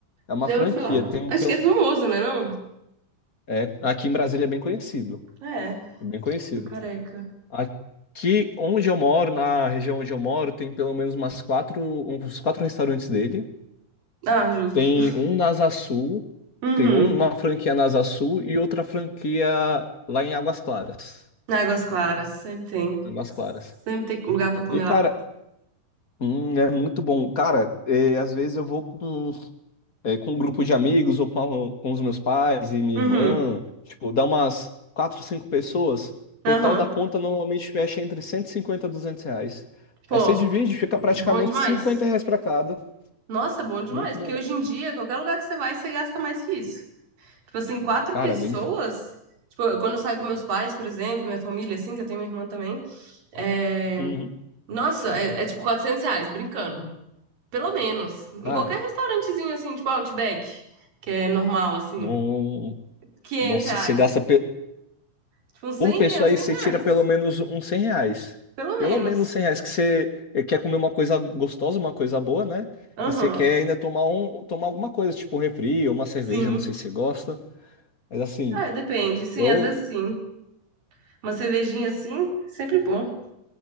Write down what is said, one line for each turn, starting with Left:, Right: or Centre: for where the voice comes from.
Left: é uma
Right: Já
Left: franquia.
Right: ouvi falar.
Left: Tem,
Right: Acho
Left: pel-
Right: que é famoso, né, não?
Left: É, aqui em Brasília é bem conhecido,
Right: É,
Left: é bem conhecido.
Right: do careca.
Left: Aqui onde eu moro, na região onde eu moro, tem pelo menos umas quatro, uns quatro restaurantes dele.
Right: Ah, justo.
Left: Tem um na Asa Sul,
Right: Uhum.
Left: tem um- uma franquia na Asa Sul e outra franquia lá em Águas Claras.
Right: Águas Claras, sempre tem.
Left: Águas Claras.
Right: Sempre tem lugar pra comer
Left: E, cara,
Right: lá.
Left: hum, é muito bom. Cara, eh, às vezes eu vou com é, com um grupo de amigos ou com, a- com os meus pais e minha
Right: Uhum.
Left: irmã. Tipo, dá umas quatro, cinco pessoas.
Right: Aham.
Left: Total da conta normalmente fecha entre cento e cinquenta e duzentos reais.
Right: Pô,
Left: Aí você divide, fica praticamente
Right: bom demais.
Left: 50 reais pra cada.
Right: Nossa, bom demais,
Left: Muito
Right: porque
Left: bom.
Right: hoje em dia, qualquer lugar que você vai, você gasta mais que isso. Tipo assim, quatro
Left: Cara,
Right: pessoas.
Left: nem me fala.
Right: Tipo, quando eu saio com meus pais, por exemplo, minha família, assim, que eu tenho minha irmã também. É,
Left: Uhum.
Right: Nossa, é, é tipo 400 reais, brincando. Pelo menos. Em
Left: Cara,
Right: qualquer restaurantezinho, assim, tipo Outback, que é normal, assim,
Left: não.
Right: 500
Left: Nossa,
Right: reais.
Left: você gasta pe-
Right: Tipo, uns 100
Left: por pessoa
Right: reais,
Left: aí,
Right: 100
Left: você
Right: reais.
Left: tira pelo menos uns 100 reais.
Right: Pelo menos.
Left: Pelo menos 100 reais que você eh, quer comer uma coisa gostosa, uma coisa boa, né?
Right: Aham,
Left: E você quer ainda tomar, um, tomar alguma coisa, tipo um refri ou uma cerveja,
Right: sim.
Left: não sei se você gosta. Mas assim,
Right: É, depende. Sim,
Left: eu.
Right: às vezes sim. Uma cervejinha assim, sempre bom.